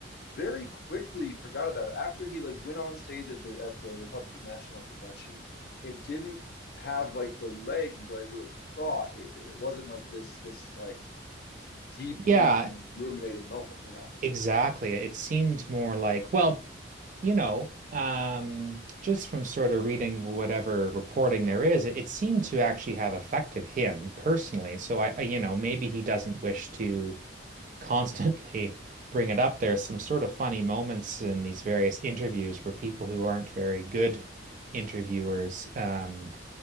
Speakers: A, on the left; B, on the right.
A: very quickly forgot about it after he like went on stage at the at the Republican National Convention. It didn't have like the legs that I would have thought it did. It wasn't like this this like deeply
B: Yeah,
A: ruminated moment, you know?
B: Exactly. It seemed more like, well, you know, um, just from sort of reading whatever reporting there is, it, it seemed to actually have affected him personally. So I, I, you know, maybe he doesn't wish to constantly <laughs> bring it up. There's some sort of funny moments in these various interviews where people who aren't very good interviewers, um,